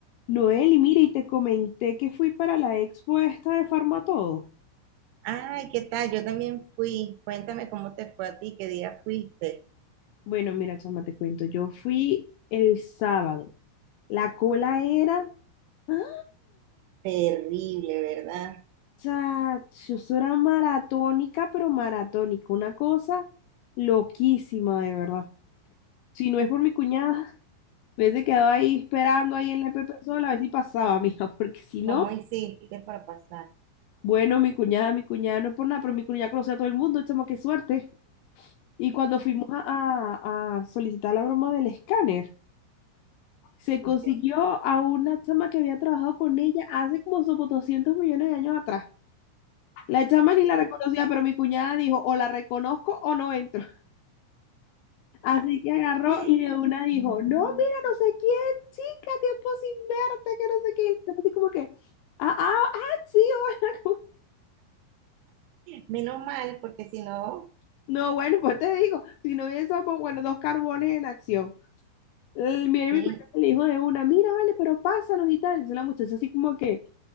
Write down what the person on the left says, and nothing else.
Noel, y mira, y te comenté que fui para la expo esta de Farmatodo.
Bueno, mira, chama, te cuento, yo fui el sábado. La cola era... ¡Ah!
Chacho, eso era maratónica, pero maratónica. Una cosa loquísima, de verdad. Si no es por mi cuñada, <laughs> me hubiese quedado ahí esperando ahí en la E P P sola a ver si pasaba, <laughs> mija, porque si no,
bueno, mi cuñada, mi cuñada no es por nada, pero mi cuñada conoce a todo el mundo, chama, qué suerte. Y cuando fuimos a, a- a solicitar la broma del escáner, se consiguió
a una chama que había trabajado con ella hace como sobre 200 millones de años atrás. La chama ni
la reconocía,
pero mi cuñada dijo, o la reconozco o no entro. <laughs> Así que agarró
y de una dijo,
no, mira, no sé quién, chica, tiempo sin verte, que no sé qué. Y la chama así como que, ah, ah, ah, sí, hola.
<laughs> No, bueno, pues te digo, si no hubiésemos, bueno, dos carbones en acción. el- Viene
mi cuñado y le dijo de una, mira, vale, pero pásanos y tal. Entonces la muchacha así como que,